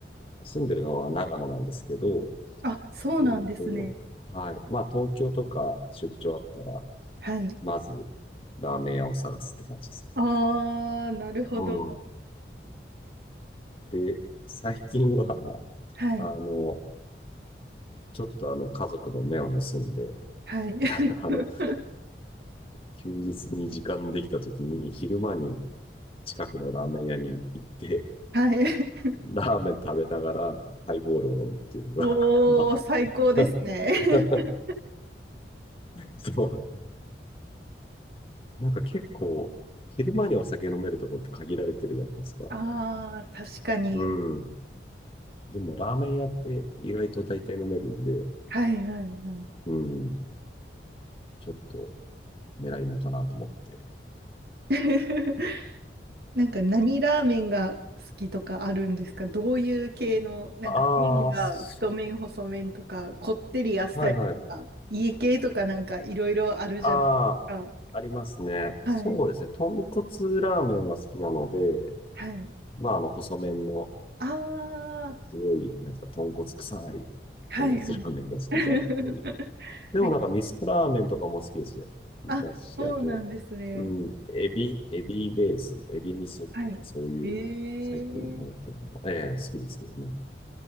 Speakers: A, on the left (about 30°); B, on the right (about 60°).
A: 住んでるのは長野なんですけど、
B: あ、そうなんですね。
A: えーと、はい。まあ、東京とか出張あったら、
B: はい。
A: まず、ラーメン屋を探すって感じですね。
B: ああ、なるほど。
A: うん。で、最近は、
B: はい。
A: あの、ちょっとあの、家族の目を盗んで、
B: はい。<laughs>
A: <laughs> あの、休日に時間できた時に、昼間に近くのラーメン屋に行って、
B: はい。<laughs>
A: ラーメン食べながら、ハイボールを飲むっていうのが、
B: おー、
A: <laughs> ま
B: 最高ですね。
A: あ、<laughs>
B: <laughs>
A: そう。なんか結構、昼間にお酒飲めるとこって限られてるじゃないですか。
B: ああ、確かに。
A: うん。でも、ラーメン屋って意外と大体飲めるんで、
B: はいはいはい。
A: うん、ちょっと狙い目かなと思って。
B: <laughs> なんか何ラーメンが好きとかあるんですかどういう系の、なんか麺が太麺、
A: ああ、そ
B: 細麺とか、こってりあっさりとか、
A: う、はいはい。
B: 家系とかなんかいろいろあるじゃないですか。
A: ああ、ありますね。
B: はい。
A: そうですね。豚骨ラーメンは好きなので、
B: はい。
A: まあ、あの、細麺の、
B: ああ、
A: すごい、なんですか、豚骨臭い
B: はいはい。
A: 豚骨ラーメンが好きだったり、
B: <laughs>
A: でもなんか味噌ラーメンとかも好きですよ。
B: なんか、
A: だし、
B: あ、そうなんですね。
A: あと、うん、エビ、エビベース、エビ味噌とかそういう最近流行ってるのも、
B: はい。ええ
A: ええ好きですけどね。